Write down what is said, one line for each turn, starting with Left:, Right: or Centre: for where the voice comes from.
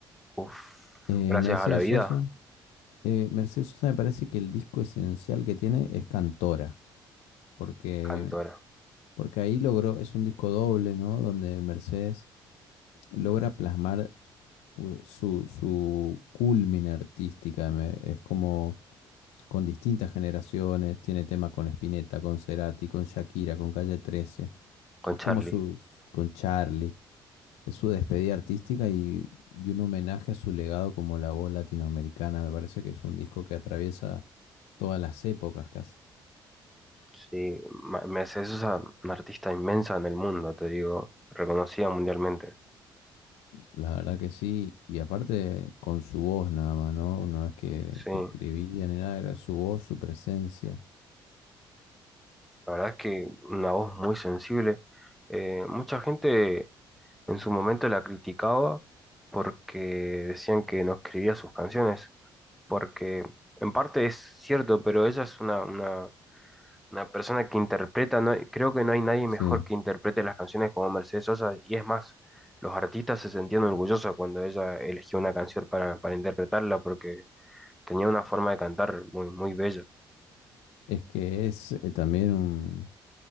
Centre: Uf,
Left: Eh,
Centre: gracias
Left: Mercedes
Centre: a la vida,
Left: Sosa, eh, Mercedes Sosa me parece que el disco esencial que tiene es Cantora, porque,
Centre: Cantora,
Left: porque ahí logró, es un disco doble, ¿no? Donde Mercedes logra plasmar u- su, su culmina artística, me- es como con distintas generaciones, tiene temas con Spinetta, con Cerati, con Shakira, con Calle 13,
Centre: con
Left: Es
Centre: Charlie.
Left: como sus, con Charlie. Es su despedida artística y, y un homenaje a su legado como la voz latinoamericana. Me parece que es un disco que atraviesa todas las épocas casi.
Centre: Sí, Ma- Mercedes Sosa, una artista inmensa en el mundo, te digo, reconocida mundialmente.
Left: La verdad que sí. Y aparte con su voz nada más, ¿no? No es que,
Centre: Sí,
Left: que
Centre: la
Left: escribía ni nada, era su voz, su presencia.
Centre: verdad es que una voz muy sensible. Eh, mucha gente En su momento la criticaba porque decían que no escribía sus canciones, porque en parte es cierto, pero ella es una, una, una persona que interpreta, no, hay- creo que no hay nadie
Left: Sí.
Centre: mejor que interprete las canciones como Mercedes Sosa, y es más, los artistas se sentían orgullosos cuando ella eligió una canción para, para interpretarla, porque tenía una forma de cantar muy, muy bella,
Left: Es que es eh, también un,